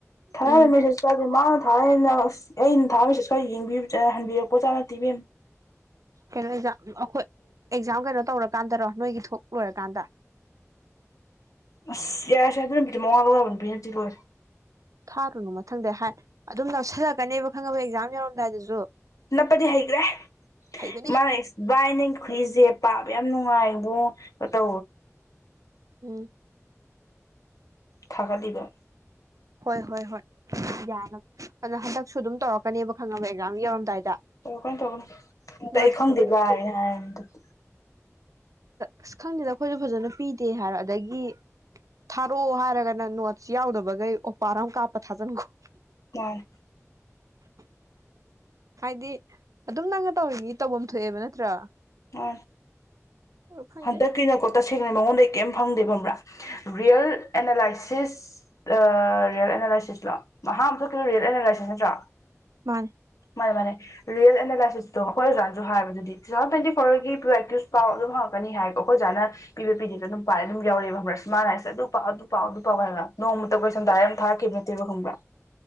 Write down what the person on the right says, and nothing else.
ꯎꯝ
ꯀꯩꯅꯣ ꯑꯦꯛꯖꯥꯝ ꯑꯈꯣꯏ ꯑꯦꯛꯖꯥꯝ ꯀꯩꯅꯣ ꯇꯧꯔꯀꯥꯟꯗꯔꯣ ꯅꯣꯏꯒꯤ ꯊꯣꯛ ꯑꯣꯏꯔ ꯀꯥꯟꯗ
ꯊꯥꯔꯨꯅꯨ ꯃꯊꯪꯗ ꯍꯥꯏ ꯑꯗꯨꯝ ꯅꯛꯁꯤꯜꯂꯛꯀꯅꯦꯕ ꯈꯪꯉꯕ ꯑꯦꯛꯖꯥꯝ ꯌꯥꯧꯔꯝꯗꯥꯏꯗꯁꯨ
ꯍꯩꯕꯅꯤ
ꯎꯝ
ꯍꯣꯏ ꯍꯣꯏ ꯍꯣꯏ ꯌꯥꯅꯕ ꯑꯗꯨꯗꯣ ꯍꯟꯗꯛꯁꯨ ꯑꯗꯨꯝ ꯇꯧꯔꯛꯀꯅꯦꯕ ꯈꯪꯉꯕ ꯑꯦꯛꯖꯥꯝ ꯌꯧꯔꯝꯗꯥꯏꯗ
ꯅꯣꯠꯁ
ꯀꯩꯀꯩ
ꯑꯁ ꯈꯪꯗꯦꯗ ꯑꯩꯈꯣꯏꯁꯨ ꯐꯖꯅ ꯄꯤꯗꯦ ꯍꯥꯏꯔꯣ ꯑꯗꯒꯤ ꯊꯥꯔꯛꯑꯣ ꯍꯥꯏꯔꯒꯅ ꯅꯣꯠꯁ ꯌꯥꯎꯗꯕꯈꯩ ꯑꯣꯄꯥꯔ ꯑꯃ ꯀꯥꯞꯄ ꯊꯥꯖꯤꯟꯈꯣ
<unintelligible> ꯍꯥꯏꯗꯤ ꯑꯗꯨꯝ ꯅꯪꯅ ꯇꯧꯔꯤꯉ ꯇꯧꯐꯝ ꯊꯣꯛꯑꯦꯕ ꯅꯠꯇ꯭ꯔꯥ
ꯑꯗꯨ ꯈꯪꯗꯦ
ꯃꯥꯅꯦ